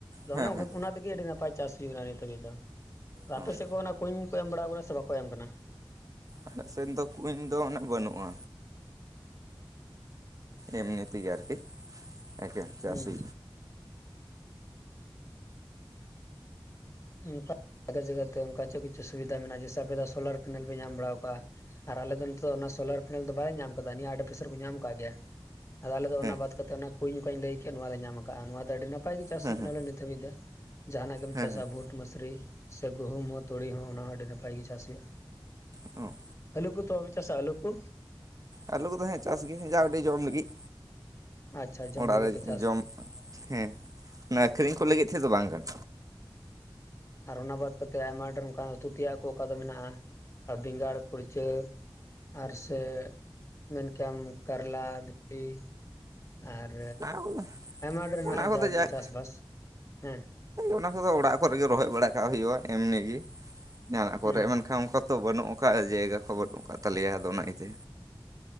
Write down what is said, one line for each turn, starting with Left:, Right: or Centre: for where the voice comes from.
Right: ᱦᱮᱸ
Left: ᱚᱱᱮ
Right: ᱦᱮᱸ
Left: ᱚᱱᱟᱛᱮᱜᱮ ᱟᱹᱰᱤ ᱱᱟᱯᱟᱭ ᱪᱟᱥ ᱦᱩᱭᱩᱜ ᱠᱟᱱᱟ ᱱᱤᱛ ᱦᱟᱹᱵᱤᱡ ᱫᱚ
Right: ᱦᱚᱸ
Left: ᱟᱯᱮ ᱥᱮᱫ ᱠᱷᱚᱱ ᱚᱱᱟ ᱠᱩᱧ ᱠᱚ ᱮᱢ ᱵᱟᱲᱟᱣ ᱠᱟᱱᱟ ᱥᱮ ᱵᱟᱠᱚ ᱮᱢ ᱠᱟᱱᱟ
Right: ᱟᱞᱮ ᱥᱮᱫ ᱫᱚ ᱠᱩᱧ ᱫᱚ ᱩᱱᱟᱹᱜ ᱵᱟᱹᱱᱩᱜᱼᱟ ᱮᱢᱱᱤ ᱛᱮᱜᱮ ᱟᱨᱠᱤ ᱮᱠᱮᱱ ᱪᱟᱹᱥᱤ
Left: ᱦᱩᱸ <unintelligible> ᱡᱟᱭᱜᱟᱛᱮ ᱚᱱᱠᱟ ᱪᱮᱫ ᱠᱤᱪᱷᱩ ᱥᱩᱵᱤᱫᱷᱟ ᱢᱮᱱᱟᱜᱼᱟ ᱡᱮᱭᱥᱮ ᱟᱯᱮ ᱫᱚ ᱥᱳᱞᱟᱨ ᱯᱮᱱᱮᱞ ᱯᱮ ᱧᱟᱢ ᱵᱟᱲᱟᱣ ᱠᱟᱜᱼᱟ ᱟᱨ ᱟᱞᱮ ᱫᱚ ᱱᱤᱛᱚᱜ ᱥᱳᱞᱟᱨ ᱯᱮᱱᱮᱞ ᱫᱚ ᱵᱟᱞᱮ ᱧᱟᱢ ᱠᱟᱫᱟ ᱱᱤᱭᱟᱹ ᱟᱹᱰᱮ ᱯᱟᱥᱮ ᱠᱚ ᱧᱟᱢ ᱟᱠᱟᱫ ᱜᱮᱭᱟ ᱟᱫᱚ ᱟᱞᱮᱫᱚ
Right: ᱦᱮᱸ
Left: ᱚᱱᱟ ᱵᱟᱫ ᱠᱟᱛᱮ ᱚᱱᱟ ᱠᱩᱧ ᱱᱚᱠᱟᱧ ᱞᱟᱹᱭ ᱠᱮᱫ ᱱᱚᱣᱟᱞ ᱞᱮ ᱧᱟᱢ ᱟᱠᱟᱫᱼᱟ ᱱᱚᱣᱟ ᱫᱚ ᱟᱹᱰᱤ ᱱᱟᱯᱟᱭ ᱜᱮ ᱪᱟᱥ
Right: ᱦᱮᱸ
Left: ᱦᱩᱭᱩᱜ ᱠᱟᱱᱟ
Right: ᱦᱮᱸ
Left: ᱵᱚᱞᱮ ᱱᱤᱛ ᱫᱷᱟᱹᱵᱤᱡ ᱡᱟᱦᱟᱸ ᱱᱟᱜ ᱜᱮᱢ
Right: ᱦᱮᱸ
Left: ᱪᱟᱥ
Right: ᱦᱮᱸ
Left: ᱵᱷᱩᱴ ᱢᱟᱥᱹᱨᱤ ᱥᱮ ᱜᱩᱦᱩᱢ ᱦᱚᱸ ᱛᱩᱲᱤ ᱦᱚᱸ ᱚᱱᱟ ᱟᱹᱰᱤ ᱱᱟᱯᱟᱭ ᱪᱟᱥ ᱦᱩᱭᱩᱜ-ᱟ
Right: ᱦᱚᱸ
Left: ᱟᱹᱞᱩ ᱠᱚ ᱫᱚ ᱵᱟᱯᱮ ᱪᱟᱥᱼᱟ ᱟᱹᱞᱩ ᱠᱚ
Right: ᱟᱹᱞᱩ ᱠᱚᱫᱚ ᱦᱮᱸ ᱪᱟᱥ ᱜᱮ ᱡᱟ ᱳᱹᱰᱤᱡ ᱡᱚᱢ ᱞᱟᱹᱜᱤᱫ
Left: ᱟᱪᱪᱷᱟ ᱡᱚᱢ
Right: ᱚᱲᱟᱜ
Left: ᱞᱟᱹᱜᱤᱫ
Right: ᱨᱮ
Left: ᱯᱮ ᱪᱟᱥᱟ
Right: ᱡᱚᱢ ᱦᱮᱸ ᱚᱱᱟ ᱟᱹᱠᱷᱨᱤᱧ ᱠᱚ ᱞᱟᱹᱜᱤᱫ ᱛᱮᱫᱚ ᱵᱟᱝ ᱜᱟᱱᱚᱜ
Left: ᱟᱨ ᱚᱱᱟ ᱵᱟᱫᱽ ᱠᱟᱛᱮ ᱟᱭᱢᱟ ᱰᱷᱮᱨ ᱚᱱᱠᱟ ᱩᱛᱩ ᱛᱮᱭᱟᱜ ᱠᱚ ᱚᱠᱟ ᱫᱚ ᱢᱮᱱᱟᱜᱼᱟ ᱟᱨ ᱵᱮᱸᱜᱟᱲ ᱠᱩᱲᱪᱟᱹ ᱟᱨ ᱥᱮ ᱢᱮᱱ ᱠᱮᱭᱟᱢ ᱠᱟᱨᱞᱟ ᱫᱷᱤ ᱟᱨ
Right: ᱚᱱᱟ ᱠᱚᱫᱚ
Left: ᱟᱭᱢᱟ ᱰᱷᱮᱨ ᱢᱮᱱᱟᱜᱼᱟ
Right: ᱚᱱᱟ ᱠᱚᱫᱚ
Left: ᱡᱟᱜᱮ
Right: ᱡᱟᱠ
Left: ᱪᱟᱥ ᱵᱟᱥ ᱦᱮᱸ
Right: ᱚᱱᱟ ᱠᱚᱫᱚ ᱚᱲᱟᱜ ᱠᱚᱨᱮᱜᱮ ᱨᱚᱦᱚᱭ ᱵᱟᱲᱟ ᱠᱟᱜ ᱦᱩᱭᱩᱜᱼᱟ ᱮᱢᱱᱤ ᱜᱮ ᱡᱟᱦᱟ ᱱᱟᱜ ᱠᱚᱨᱮ
Left: ᱦᱩᱸ
Right: ᱢᱮᱱᱠᱷᱟᱱ ᱚᱱᱠᱟ ᱵᱟᱹᱱᱩᱜ ᱟᱠᱟᱜ ᱡᱟᱭᱜᱟ ᱠᱚ ᱵᱟᱹᱱᱩᱜ ᱛᱟᱞᱮᱭᱟ ᱟᱫᱚ ᱚᱱᱟ ᱤᱭᱟᱹᱛᱮ